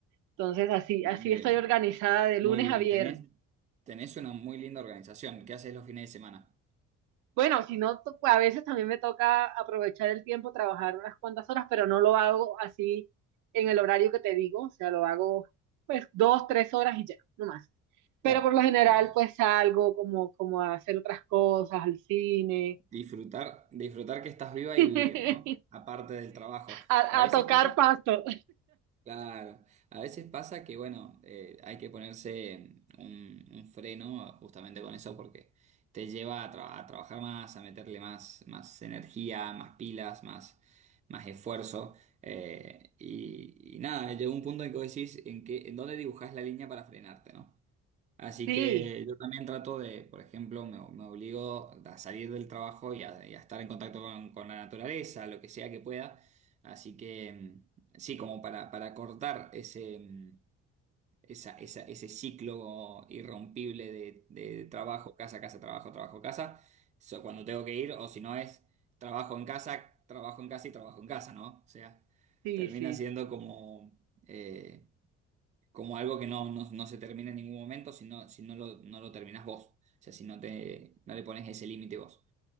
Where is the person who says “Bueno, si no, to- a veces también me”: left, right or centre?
Right